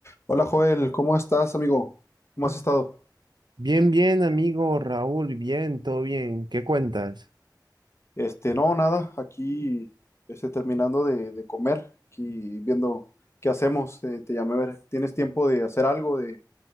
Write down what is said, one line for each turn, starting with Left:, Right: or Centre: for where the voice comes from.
Left: Hola Joel, ¿cómo estás, amigo? ¿Cómo has estado?
Right: Bien, bien, amigo Raúl, bien, todo bien. ¿Qué cuentas?
Left: Este, no, nada, aquí este, terminando de, de comer, aquí viendo qué hacemos. eh, te llamé a ver, ¿tienes tiempo de hacer algo, de